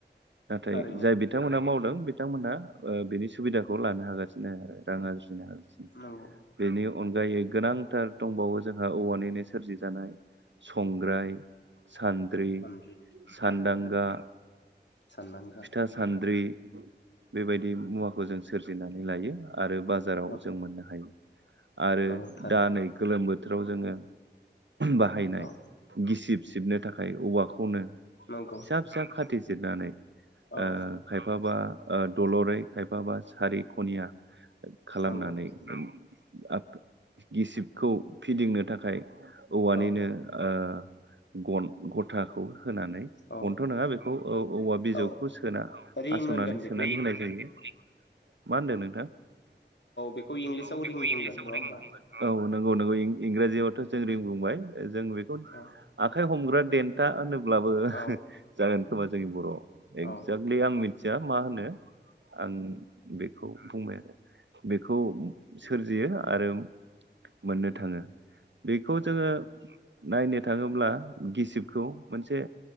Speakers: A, on the right; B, on the left.
A: नाथाय
B: थारैनो
A: जाय बिथांमोनहा मावदों बिथांमोना ओ बिनि सुबिदाखौ लानो हागासिनो आरो राङारि <inaudible> बेनि
B: नंगौ
A: अन गोनांथार दंबावो जोंहा औवानिनो सोरजि जानाय संग्राय, सान्द्रि,
B: सानद्रि
A: सान्दांगा,
B: नंगौ थारै सानदांगा
A: फिथा सान्द्रि बेबायदि मुवाखौ जों सोर बिनानै लायो आरो बा जाराव
B: नंगौ
A: जों मोननो हायो। आरो
B: नंगौ थारै
A: दा नै गोलोम बो बोथोराव जोङो बाहायनाय
B: औ
A: गिसिब सिबनो थाखाय औवाखौ मोनो
B: नंगौ
A: फिसा फिसा खाथि जिरनानै ओ
B: औ
A: खायफाबा ओ दुलरै खायफाबा सारि खनिया खालामनानै
B: नंगौ
A: <unintelligible> गिसिबखौ फिदिंनो थाखाय औवानिनो
B: औ
A: ओ गन गथाखौ होनानै
B: औ
A: गनथ' नङा बेखौ ओ औवा बिजौखौ
B: औ
A: सोना
B: रिं
A: हास'नानै
B: होनगोन बेखौ
A: सोनानै
B: रिं
A: होनाय
B: नोंथाङा
A: जायो <inaudible> मा होनदों नोंथां? औ
B: बेखौ इंलिसाव
A: बेखौ
B: रिं बुंगोन
A: इंलिसाव
B: नङा होमबा
A: रिं बुंगोन नङा होमबा औ नोंगौ नोंगौ इंराजियावथ' जों रिं बाय जों बेखौ
B: औ
A: आखाइ हमग्रा देन्था होनो ब्लाबो
B: औ
A: जागोन खोमा जोंनि बर' एक्जेक्लि
B: औ
A: आं मि थिया मा होनो। आं बेखौ बुंबाय आरो बेखौ सोर फुजियो आरो मोननो थाङो। बेखौ जोङो
B: औ
A: नायनो थाङोब्ला गिसिबखौ मोनसे